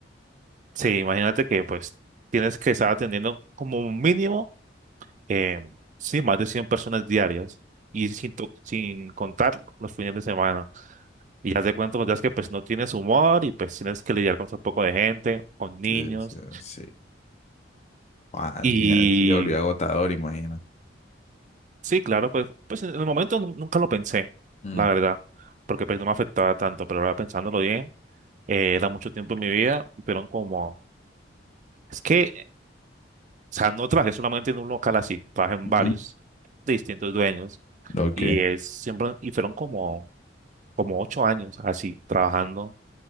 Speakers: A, on the right; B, on the left.
A: Sí, imagínate que pues tienes que estar atendiendo como un mínimo, eh, sí, más de 100 personas diarias y sin, to- sin contar los fines de semana. Y ya te cuento los días que pues no tienes humor y pues tienes que lidiar con un poco de gente, con niños.
B: Sí, sí, sí. Ah, al
A: Y
B: final sí se volvió agotador, imagina.
A: sí, claro, pues, pues en el momento nu- nunca lo pensé,
B: Mm.
A: la verdad, porque pues no me afectaba tanto, pero ahora pensándolo bien, eh, era mucho tiempo en mi vida, pero como... Es que O sea, no trabajé solamente en un local así, trabajé en
B: Ujú.
A: varios de distintos dueños
B: Ok.
A: y es siempre, y fueron como, como ocho años así, trabajando